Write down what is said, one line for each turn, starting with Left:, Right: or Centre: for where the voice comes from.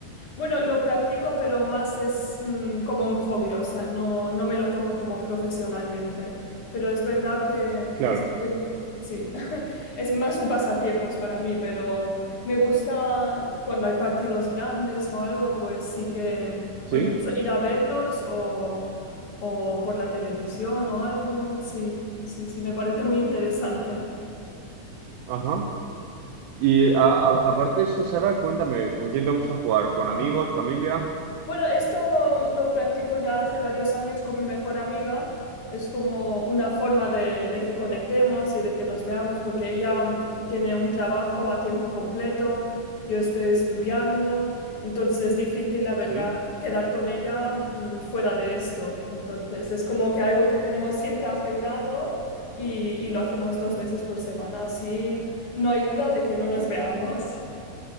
Left: Bueno, lo practico, pero más es mm, como un hobby, o sea, no, no me lo tomo como profesionalmente. Pero es verdad que,
Right: Claro,
Left: que sí, que- sí. <laughs> es más un pasatiempos para mí, pero me gusta cuando hay partidos grandes o algo, pues sí que,
Right: sí.
Left: o incluso ir a verlos o, o por la televisión o algo, sí, sí, sí, me parece muy interesante.
Right: Ajá. Y a- a- aparte de esto, Sara, cuéntame, ¿con quién te gusta jugar? ¿Con amigos, familia?
Left: Bueno, esto lo practico ya hace varios años con mi mejor amiga. Es como una forma de, de que conectemos y de que nos veamos, porque ella mm, tiene un trabajo a tiempo completo, yo estoy estudiando, entonces es difícil, la verdad,
Right: Sí.
Left: quedar con ella mm, fuera de esto. Entonces es como que algo que tenemos siempre agendado y, y lo hacemos dos veces por semana, así no hay duda de que no nos veamos.